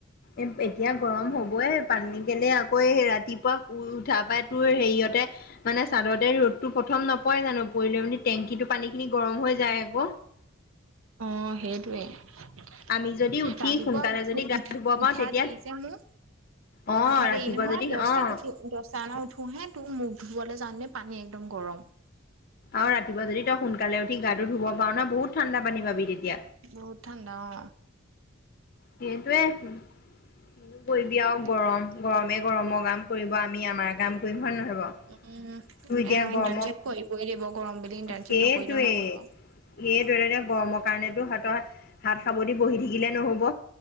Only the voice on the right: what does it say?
অ সেইটোৱে ৰাতিপুৱা
উঠ
উঠা
উঠা
দেৰি যে মোৰ।
উঠা
দে নহয়।
দহটাত
উঠো হে তোক মুখ ধুবললৈ যাওঁ পানী একদম গৰম।
বহুত ঠাণ্ডা অ
সেইটোৱে
উম
এ নহয়
ইণ্টাৰ্ণশ্বিপ কৰিবই লাগিব। গৰম বুলি ইণ্টাৰ্ণশিপ
নকৰিলেও নহব।